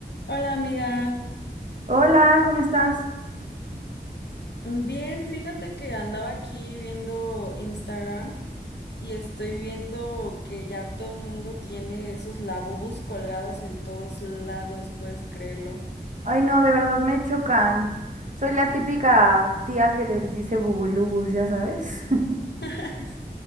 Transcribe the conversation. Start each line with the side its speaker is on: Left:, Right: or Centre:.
Left: Hola amiga,
Right: Hola, ¿cómo estás?
Left: bien, fíjate que andaba aquí viendo Instagram y estoy viendo que ya todo el mundo tiene esos labubus colgados en todos lados, ¿puedes creerlo?
Right: Ay, no, de verdad me chocan. Soy la típica tía que les dice bubulubus, ya sabes. <laughs>
Left: <laughs> Ay, sí.